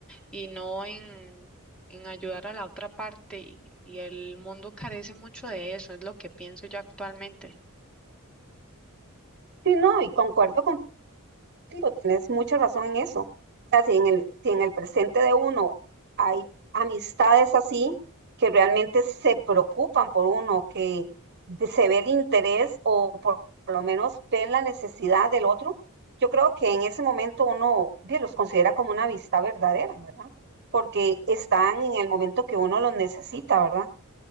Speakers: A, in the centre; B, on the right.
A: y no en, en ayudar a la otra parte y, y el mundo carece mucho de eso, es lo que pienso yo actualmente.
B: Sí, no, y concuerdo con Digo, tienes mucha razón en eso. O sea, si en el, si en el presente de uno hay amistades así que realmente se preocupan por uno, que de- se ve el interés o por, por lo menos ven la necesidad del otro, yo creo que en ese momento uno bien, los considera como una amistad verdadera, ¿verdad? Porque están en el momento que uno los necesita, ¿verdad?